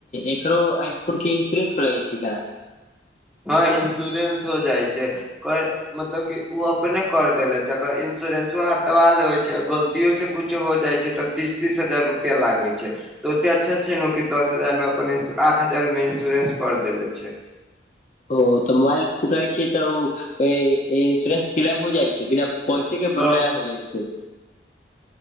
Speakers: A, on the left; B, in the centre.
A: एकरो आइ फोन के इन्स्योरेंस करइ छै का?
B: हँ इन्स्योरेन्स हो जाइ छै कई मतलब कि ओ अपने कर देले छै अगर इन्श्योरेन्सो हटवा लेबे छै गलतियो से किछ हो जाइ छै तऽ तीस तीस हजार रुपआ लागै छै। तऽ ओेइ से अच्छा छै ने कि दस हजार मे अपन आठ हजार मे इन्स्योरेंस कर देले छै।
A: ओ तऽ मोबाइल फुटइ छै त ओ ए-ए इन्सोरेन्स क्लेम हो जाइ छै बिना पैसे के
B: हँ
A: नया हो जाइ छै।